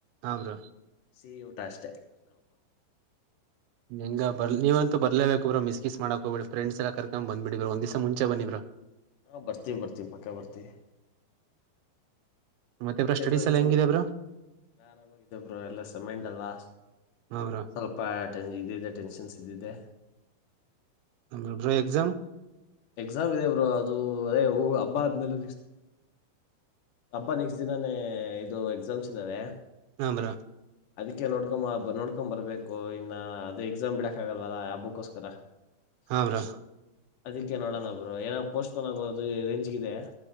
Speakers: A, on the right; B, on the left.
A: ಬ್ರೋ
B: ಸಿಹಿ ಊಟ ಅಷ್ಟೇ ನ.
A: ಹೆಂಗ ಬರ್ ನೀವಂತ ಬರ್ಲೇಬೇಕು್ರ ಮಿಸ್ಸ್ ಮಾಡಕೋ ಬಿ ಫ್ರೆ್ಸ್ ಎಲ್ಲ ಕರ್ಕ ಬಂದೆ ಬಿಡಿ ಬ್ರೋ ಒಂದು ದಿನ ಮುಂಚೆ ಬನ್ನಿ ಬ್ರೋ
B: ಹಾ ಬರ್ತೀವಿ ಬರ್ತೀವಿ ಪಕ್ಕ ಬರ್ತಿವಿ
A: ಮತ್ತೆ
B: ಮತ್ತೆಬ್ರು
A: ಬ್ರೋ ಸ್ಟಡೀಸ್ ಎಲ್ಲ
B: ನ್ಸತ್
A: ಹೆಂಗಿದೆ ಬ್ರೋ
B: ಎ ಆರಾಮಾಗಿದ್ದಬ್ರು ಎಲ್ಲ ಮೈಂಡ್ ಅಲ್ವಾ
A: ಹೌರ
B: ಸ್ವಲ್ಪ ಇದ ಇದೆ ಟೆನ್ಷನ್ಸ್ ಇದೆ.
A: ಅಮ ಹ ಎಕ್ಜಾಮ.
B: ಎಕ್ಸಾಮ್ ಇದೆ ಬ್ರೋ ಅದು ಅದೇ ಹಬ್ಬ ಆದ್ಮೇಲೆಷ್ಟತು. ಹಬ್ಬಾ ನೆಕ್ಸ್ಟ್ ದಿನಾನೇ ಇದು ಎಕ್ಸಾಮ್ಸ್ ಇದ್ದಾರೆ
A: ಹಾ ಬ್ರೋ
B: ಅದಕ್ಕೆ ನೋಡ್ಕೊ ಬಾ ನೋಡ್ಕೊ ಬರ್ಬೇಕು ಇನ್ನು ಅದೇ ಎಕ್ಸಾಮ್ ಬಿಡಕ್ ಆಗಲ್ವಲ್ಲ ಹಾಬ್ಬಕ್ಕೋಸ್ಕರ
A: ಹಾ ಬ್ರೋ.
B: ಅದಕ್ಕೆ ನೋಡೋಣ ಬ್ರೋ ಏನ ಪೋಸ್ಟ್ಪೋನ್ ಆಗೋದು ರೇಂಜ್ಗ ಇದೆ.